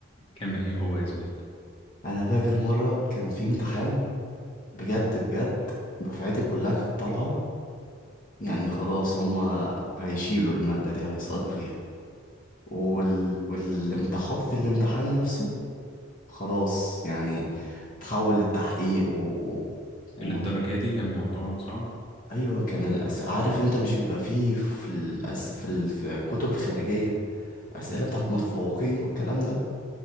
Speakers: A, on the left; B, on the left.
A: كان ايه هو يا زميل
B: انا فاكر مرة كان في امتحان بجد بجد دفعتي كلها كانت طالعة يعني خلاص هما هيشيلوا المادة دي هيسقطوا فيها وال... والامتحان الامتحان نفسه خلاص يعني تحول للتحقيق و... و...
A: للدرجة دي كان الموضوع صعب
B: ايوه كان الاسئله عارف انت مش بيبقى فيه في الأس... في الكتب الخارجيه اسئله بتاعت متفوقين والكلام ده